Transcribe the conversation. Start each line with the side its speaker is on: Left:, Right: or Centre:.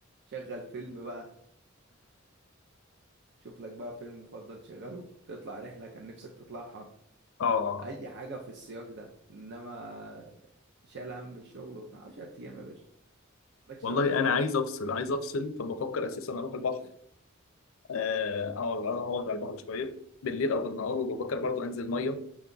Right: شغل فيلم بقى شوف لك بقى فيلم مفضل تشغله تطلع رحلة كان نفسك تطلعها
Left: اه
Right: اي حاجة في السياق ده انما شال هم الشغل وبتاع 10 ايام يا باشا مالكش
Left: والله
Right: دعوة بالشغل
Left: انا عايز افصل عايز افصل فبفكر اساسا اروح البحر آه، اقعد انا اقعد على البحر شويه بالليل او بالنهار وبفكر برضو انزل ميه